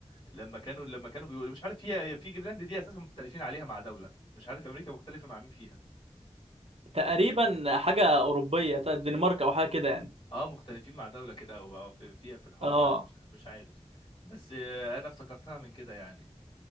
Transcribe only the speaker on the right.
تقريبا حاجه اوروبيه بتاعت الدنمارك او حاجه كده يعني
اه